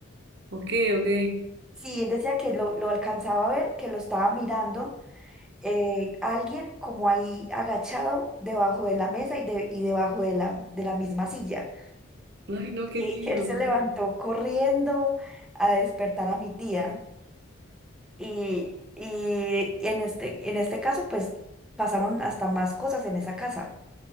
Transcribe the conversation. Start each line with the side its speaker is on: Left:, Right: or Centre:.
Right: ok, ok.
Centre: Sí, él decía que lo, lo alcanzaba a ver, que lo estaba mirando. eh, alguien como ahí agachado debajo de la mesa y, de- y debajo de la, de la misma silla.
Right: Ay, no, qué
Centre: Y
Right: miedo.
Centre: él se levantó corriendo a despertar a mi tía. Y, y en este, en este caso, pues pasaron hasta más cosas en esa casa.